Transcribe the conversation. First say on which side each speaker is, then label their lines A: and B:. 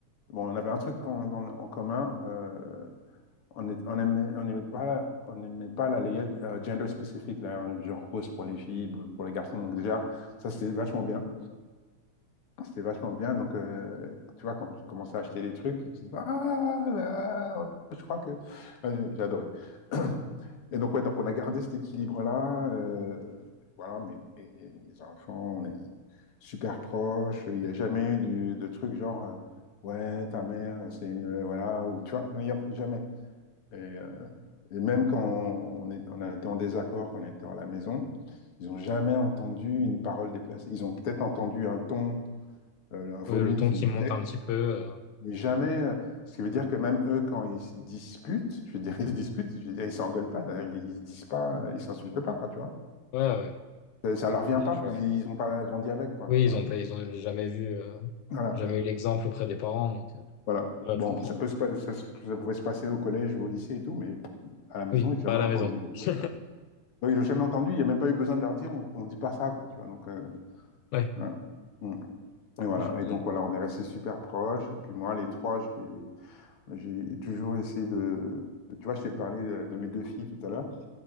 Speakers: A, on the left; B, on the left.
A: bon, on avait un truc qu'on- qu'on- en commun, euh, on est- on aimait, on aimait pas, la- on n'aimait pas la layette euh, gender spécifique, là, genre rose pour les filles, bleu pour les garçons. Donc déjà, ça, c'était vachement bien. C'était vachement bien. Donc, euh, tu vois, quand tu commences à acheter les trucs, tu te dis, ah là, je crois que. Ouais, j'ai j'ai adoré. <clears throat> Et donc, ouais, donc on a gardé cet équilibre-là. euh, voilà, mes, mes- mes enfants, on est super proches. Il n'y a jamais eu du- de trucs genre, euh, ouais, ta mère, c'est une. Voilà, ou tu vois, non, il n'y a jamais. Et, euh, et même quand on, est- on a été en désaccord, quand on était à la maison, ils n'ont jamais entendu une parole déplacée. Ils ont peut-être entendu un ton euh, un volume
B: Ouais, le ton
A: qui
B: qui
A: montait,
B: monte un petit peu. euh,
A: mais jamais, euh, ce qui veut dire que même eux, quand ils se disputent, je veux dire, <laughs> ils se disputent, je veux dire, ils s'engueulent pas, d'ailleurs, ils se disent pas, euh, ils s'insultent pas, quoi, tu vois.
B: Ouais, ouais.
A: Ça, ça leur vient
B: Bien,
A: pas,
B: je vois.
A: ils ont pas grandi avec, quoi,
B: Oui,
A: tu
B: ils
A: vois.
B: ont pas, ils ont jamais vu, euh,
A: Voilà,
B: jamais eu l'exemple auprès des parents, donc euh,
A: voilà.
B: ouais,
A: Bon,
B: je comprends.
A: ça peut se pas- ça, se- ça pouvait se passer au collège ou au lycée et tout, mais à la maison,
B: Oui,
A: ils j'ai jamais
B: pas à la
A: entendu.
B: maison.
A: donc,
B: <laughs>
A: euh, voilà. Donc, ils l'ont jamais entendu, il n'y a même pas eu besoin de leur dire, on, on dit pas ça, quoi, tu vois. Donc, euh,
B: Ouais,
A: voilà. Mm. Et voilà.
B: je vois.
A: Et donc, voilà, on est restés super proches. Et puis, moi, les trois, je les- J'ai toujours essayé de... Tu vois, je t'ai parlé de, de mes deux filles tout à l'heure.